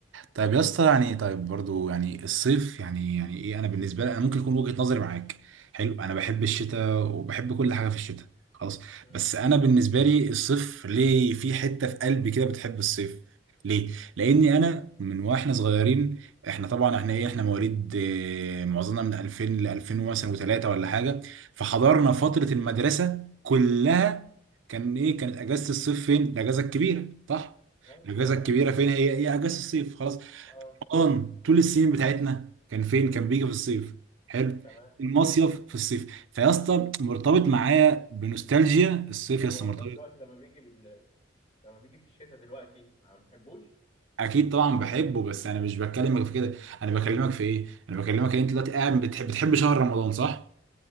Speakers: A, on the right (about 75°); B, on the left (about 35°).
A: طيب يا اسطى يعني طيب برضو يعني الصيف يعني يعني ايه انا بالنسبه لي انا ممكن يكون وجهه نظري معاك حلو انا بحب الشتاء وبحب كل حاجه في الشتاء خلاص
B: امم
A: بس انا بالنسبه لي الصيف ليه في حته في قلبي كده بتحب الصيف ليه لاني انا من واحنا صغيرين احنا طبعا احنا ايه احنا مواليد اه، معظمنا من 2000 ل 2000 مثلا وثلاثه ولا حاجه فحضرنا فتره المدرسه كلها كان ايه كانت اجازه الصيف فين الاجازه الكبيره صح
B: ايوه
A: الاجازه
B: تمام
A: الكبيره فين هي هي اجازه الصيف خلاص
B: اه
A: رمضان طول السنين بتاعتنا كان فين؟ كان بيجي في الصيف حلو
B: تمام
A: المصيف في الصيف فيا اسطى مرتبط معايا بنوستالجيا الصيف
B: طب
A: يا اسطى
B: ورمضان
A: مرتبط
B: دلوقتي لما بيجي بال... لما بيجي في الشتاء دلوقتي ما بتحبوش
A: اكيد طبعا بحبه بس انا مش بكلمك في كده انا بكلمك في ايه؟ انا بكلمك ان انت دلوقتي
B: مم.
A: قاعد بتحب بتحب شهر رمضان صح؟